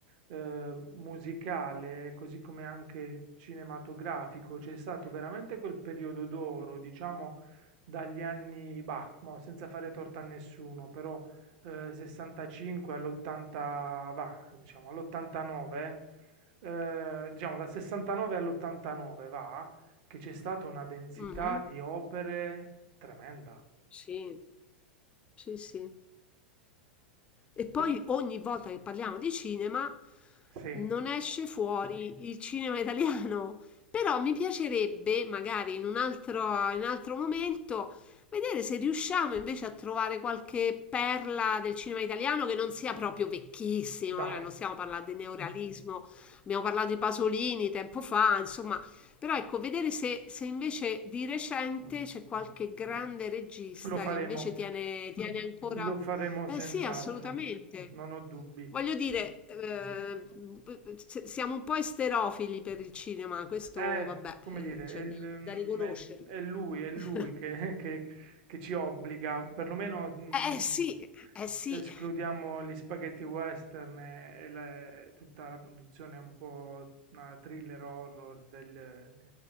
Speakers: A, on the right; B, on the left.
A: ehm, musicale, così come anche cinematografico, c'è stato veramente quel periodo d'oro, diciamo dagli anni, bah, mo senza fare torto a nessuno, però, ehm, 65 all'80 va, diciamo all'89, ehm, diciamo dal 69 all'89 va, che c'è stata una densità
B: Mhm,
A: di opere tremenda.
B: sì. Sì, sì. E poi
A: Per
B: ogni volta che parliamo di cinema
A: sì,
B: non esce fuori il cinema italiano. Però mi piacerebbe, magari in un altro, in un altro momento, vedere se riusciamo invece a trovare qualche perla del cinema italiano che non sia proprio vecchissimo.
A: dai.
B: cioè Non stiamo parlando di neorealismo, abbiamo parlato di Pasolini tempo fa, insomma. Però ecco, vedere se, se invece di recente c'è qualche grande regista
A: Lo faremo.
B: che invece tiene, tiene ancora...
A: Lo faremo
B: Eh
A: senz'altro,
B: sì, assolutamente.
A: non ho dubbi.
B: Voglio dire, eh, se- siamo un po' esterofili per il cinema, questo
A: È,
B: vabbè,
A: come
B: eh,
A: dire,
B: c'è
A: è, il,
B: da,
A: mm,
B: da riconoscerlo.
A: è il- è lui, è lui
B: <laughs>
A: che, <laughs> che- che ci obbliga, perlomeno mm,
B: Eh sì, eh sì.
A: se escludiamo gli spaghetti western e, e la- tutta la produzione un po' eh, thriller horror del-